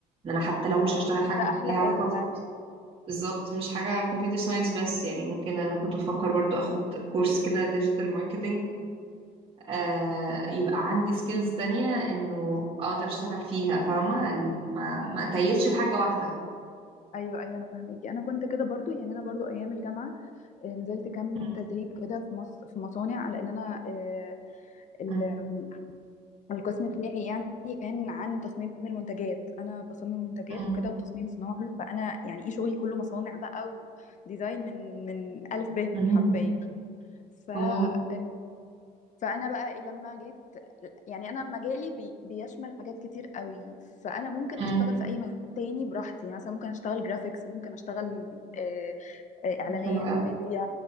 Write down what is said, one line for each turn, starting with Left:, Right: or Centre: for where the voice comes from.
Right: ان انا حتى لو مش
Left: اه
Right: هشتغل حاجة
Left: ده احلى
Right: ليها علاقة
Left: حاجة
Right: ب-
Left: فعلا
Right: بالظبط مش حاجة كمبيوتر ساينس بس يعني ممكن انا كنت بفكر برضو اخد كورس كده ديجيتال ماركتينج آه يبقى عندي سكيلز تانية انه اقدر اشتغل فيها فاهمة ال- ما ما
Left: مم.
Right: اتيتش في حاجة واحدة
Left: ايوه ايوه انا فاهميكي انا كنت كده برضو يعني انا برضو ايام الجامعه نزلت كام
Right: مم.
Left: تدريب كده في مص... في مصانع لان انا آه، ال-
Right: مم.
Left: القسم بتاعي يعني كان عن تصميم المنتجات انا بصمم منتجات
Right: مم.
Left: وكده وتصميم صناعي فانا يعني ايه شغلي كله مصانع بقى وديزاين من من الف ب
Right: مم.
Left: حرفيا ف آه،
Right: اه
Left: فانا بقى إيه لما جيت يعني انا مجالي بي بيشمل حاجات كتير قوي فانا ممكن
Right: مم.
Left: اشتغل في اي مجال تاني براحتي يعني مثلا ممكن اشتغل جرافيكس ممكن اشتغل آه، آه، اعلانات
Right: حلو قوي
Left: ميديا